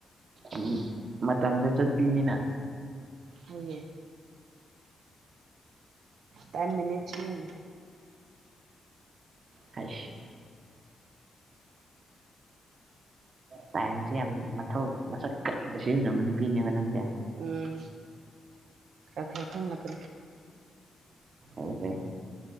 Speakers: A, on the right (about 40°); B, on the right (about 70°).
A: ꯎꯝ ꯃꯇꯝꯗ ꯆꯠ ꯄꯤꯅꯤꯅ
B: ꯍꯣꯏꯌꯦ ꯇꯥꯏꯝ ꯃꯦꯅꯦꯖꯃꯦꯟꯠ
A: ꯍꯥꯏ ꯇꯥꯏꯝꯁꯦ ꯌꯥꯝ ꯃꯊꯧ ꯃꯁꯛ ꯈꯪꯅ ꯁꯤꯖꯤꯟꯅꯕ ꯅꯨꯄꯤꯅꯦꯕ ꯅꯪꯁꯦ
B: ꯎꯝ ꯈꯔꯥ ꯈꯔ ꯈꯪꯂꯒ
A: ꯑꯩꯁꯦ